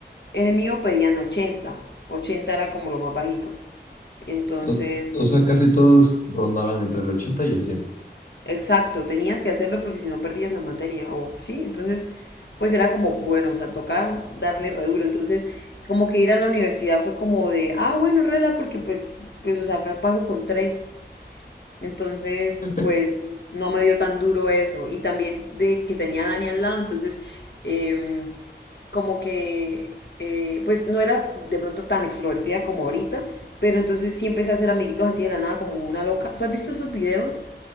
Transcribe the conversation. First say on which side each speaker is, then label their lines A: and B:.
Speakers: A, on the left; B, on the left.
A: en el mío pedían ochenta ochenta era como lo más bajito. Entonces
B: O, o sea, casi todos rondaban entre el ochenta y el cien
A: Exacto, tenías que hacerlo porque si no perdías la materia, o sí, entonces, pues era como, bueno, o sea, toca darle re duro, entonces, como que ir a la universidad fue como de, ah, bueno, rela, porque pues, pues, o sea, acá paso con tres, entonces,
B: <laughs>
A: pues, no me dio tan duro eso, y también de que tenía a Dani al lado, entonces, em, como que, eh, pues, no era de pronto tan extrovertida como ahorita, pero entonces sí empecé a hacer amiguitos así de la nada, como una loca, ¿tú has visto esos videos?